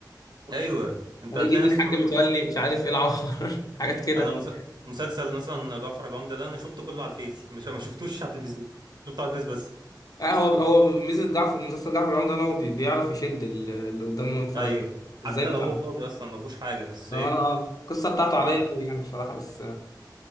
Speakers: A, on the right (about 70°); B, on the left (about 55°).
A: ايوه انت
B: الاقي
A: هتلاقي
B: يجيب لي
A: نفسك
B: الحاج
A: خلاص
B: متولي مش عارف ايه العوار <laughs> حاجات كده
A: انا مس... مسلسل مثلا جعفر العمدة ده انا شفته كله على الفيس مش ما شفتوش على التلفزيون شفته على الفيس بس
B: آه، هو هو ميزه جعفر مسلسل جعفر العمدة ان هو بي- بيعرف يشد ال- اللي قدامه ان هو يتفرج
A: ايوه
B: عليه
A: حتى
B: ازاي
A: لو
B: متعود
A: هو فاضي اصلا ما فيهوش حاجة بس
B: لو
A: ايه
B: انا آه، القصه بتاعته
A: هو
B: عاديه قوي يعني بصراحه بس